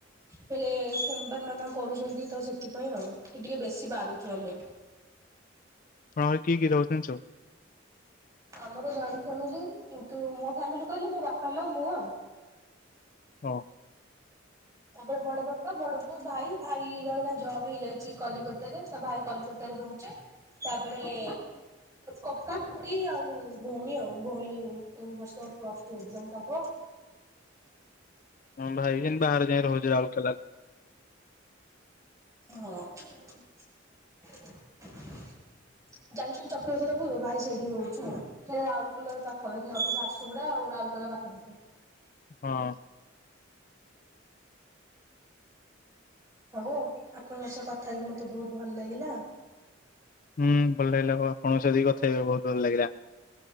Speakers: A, on the right; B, on the left.
A: ଫେରେ ସୋମବାର ମାମା କରୁଚନ୍ତି ତ ସେଥିପାଇଁ ଆଉ କି ଟିକେ ବେଶୀ ବାରୁଚୁ ଆମେ।
B: ହଁ କିଏ କିଏ ରହୁଛନ୍ତି ସବୁ?
A: ଆମର ଜଏଣ୍ଟ ଫ୍ୟାମିଲି। କିନ୍ତୁ ମୋ ଫ୍ୟାମିଲି କହିଲେ ମୋ ବାପା, ମା, ମୁଁ ଆଉ।
B: ହଁ
A: ତାପରେ ବଡ ବାପା, ବଡ ବୋଉ, ଭାଇ ଭାଇର ଏଇନା ଜବ୍ ହେଇଯାଇଛି କଲିକତାରେ। ତ ଭାଇ କଲିକତା ରେ ରହୁଚି। ତାପରେ କକା ଖୁ ଡୀ ଆଉ ଭଉଣୀ ଆଉ। ଭଉଣୀ ଏ ବର୍ଷ ପ୍ଲସ୍ ଟୁ ଏକଜାମ ଦବ।
B: ମୋ ଭାଇ ବି ସେମିତି ବାହାରେ ଯାଇଁ ରହୁଚି ରାଉରକେଲାରେ।
A: ହଁ। ଜାଣିଛୁ ଚକ୍ରଧର ପୁରୁ ଭାଇ ସେଇଠି ରହୁଚି ଆଉ। ସେଟା ରାଉରକେଲାକୁ ପାଖାପାଖି ହବ ଝାରସୁଗୁଡ଼ା ଆଉ ରାଉରକେଲା ପାଖାପାଖି।
B: ହଁ।
A: ହଉ ଆପଣଙ୍କ ସହ କଥା ହେଇକି ମତେ ବହୁତ୍ ଭଲ ଲାଗିଲା।
B: ହୁଁ ଭଲ ଲାଗିଲା ଆଉ ଆପଣଙ୍କ ସହିତ ବି କଥାହେଇବି ବହୁତ୍ ଭଲ ଲାଗିଲା।